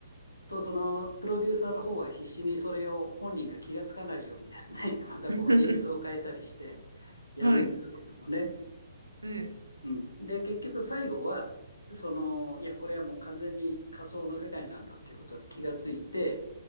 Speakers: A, on the left; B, on the right.
A: とそのプロデューサーの方は必死にそれを本人が気がつかないようにですね、<laughs> またこう演出を変えたりして
B: <laughs>
A: やるんですけれどもね。
B: はい。ええ、
A: うん、で、結局最後は、その、いや、これはもう完全に仮想の世界なんだっていうことに気がついて、